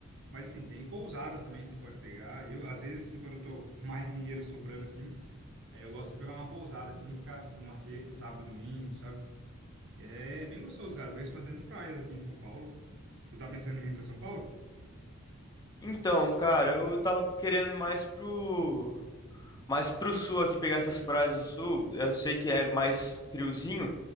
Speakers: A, on the right (about 55°); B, on the left (about 15°).
A: Mas, assim, tem pousadas também que você pode pegar. Eu, às vezes, assim, quando eu tô com mais dinheiro sobrando, assim, aí eu gosto de pegar uma pousada, assim, e ficar, tipo, uma sexta, sábado, domingo, sabe? E é bem gostoso, cara. Eu conheço bastante praias aqui em São Paulo. Você tá pensando em vir pra São Paulo?
B: Então, cara, eu tava querendo ir mais pro Mas pro sul aqui, pegar essas praias do sul, eu sei que é mais friozinho,